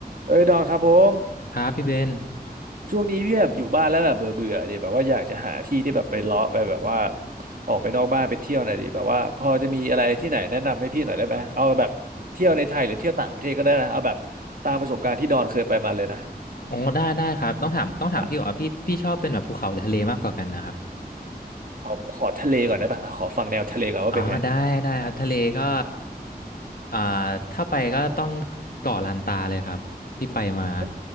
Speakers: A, on the right (about 60°); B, on the left (about 65°).
A: เอ้ยดอนครับผม
B: ครับพี่เบน
A: ช่วงนี้พี่แบบอยู่บ้านแล้วแบบเบื่อเบื่อดิแบบว่าอยากจะหาที่ที่แบบไปเลาะไปแบบว่าออกไปนอกบ้านไปเที่ยวหน่อยดิแบบว่าพอจะมีอะไรที่ไหนแนะนำให้พี่หน่อยได้ไหมเอาแบบเที่ยวในไทยหรือเที่ยวต่างประเทศก็ได้นะเอาแบบตามประสบการณ์ที่ดอนเคยไปมาเลยนะ
B: อ๋อได้ได้ครับต้องถามต้องถามพี่ก่อนว่าพี่พี่ชอบเป็นแบบภูเขาหรือทะเลมากกว่ากันนะครับ
A: ครับขอขอทะเลก่อนได้ปะขอฟังแนวทะเลก่อนว่าเป็นไง
B: อ๋อได้ได้ครับทะเลก็อ่าถ้าไปก็ต้องเกาะลันตาเลยครับที่ไปมา
A: มัน